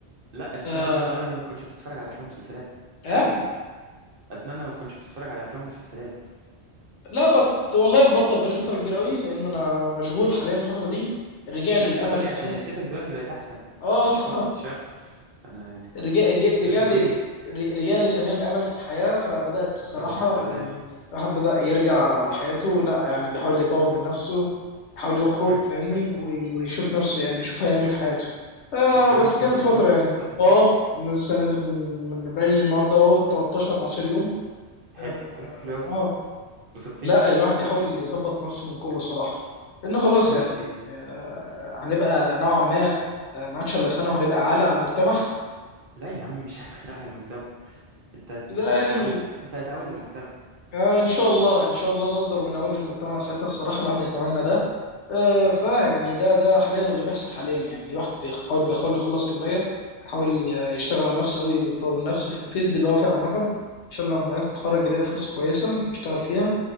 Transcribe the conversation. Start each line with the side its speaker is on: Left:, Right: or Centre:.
Right: لا بس
Left: اه
Right: انا اتمنى دلوقتي ما تكونش بتتفرج على افلام ومسلسلات
Left: آه؟
Right: اتمنى ما تكونش بتتفرج على افلام ومسلسلات
Left: لا بط والله مبطل بقالي فتره كبيره قوي لان انا مشغول حاليا الفتره دي الرجاع للامل
Right: لا قول
Left: في
Right: لي عشان
Left: الحياه
Right: نفسيتك دلوقتي بقت احسن
Left: اه
Right: ومش
Left: <laughs>
Right: فاقد شغف انا
Left: رجع جه- رجالي
Right: انت تهمني
Left: رجالي شنين الامل في الحياه فبدات الصراحه
Right: طب الحمد لله
Left: يعني الواحد بدا يرجع لحياته لا يعني بيحاول يطور من نفسه يحاول يخرج
Right: كويس
Left: فاهمني
Right: كويس
Left: وي- ويشوف نفسه يعني يشوف هيعمل ايه في حياته آه
Right: والجيم
Left: بس
Right: تنزل
Left: كانت فتره
Right: الجيم
Left: يعني
Right: تظبط
Left: اه
Right: الاكل
Left: لسه نازل من من بقالي النهارده اهو 13 14 يوم اه
Right: حلو حلو حلو قوي
Left: آه، آه.
Right: بسطتني
Left: لا الواحد بيحاول يظبط نفسه من كل الصراحه لان خلاص
Right: لا
Left: يعني
Right: لا دي, دي.
Left: آه، هنبقى نوعا ما آه، ما عادش الا سنه وهنبقى عالة على المجتمع
Right: لا يا عم مش <laughs> لا على المجتمع انت هت-
Left: ده
Right: تبقى
Left: يعني
Right: تعول انت هتعول للمجتمع
Left: آه، ان شاء الله ان شاء الله نقدر ونقول للمجتمع ساعتها الصراحه الواحد يتمنى ده آه، فيعني ده ده حاليا اللي بيحصل حاليا يعني الواحد بيحاول بيحاول يخلص كليه بيحاول ي- يشتغل على نفسه قوي ويطور من نفسه في الفيلد اللي هو فيه عامه ان شاء الله لما يتخرج يلاقي فرصه كويسه يشتغل فيها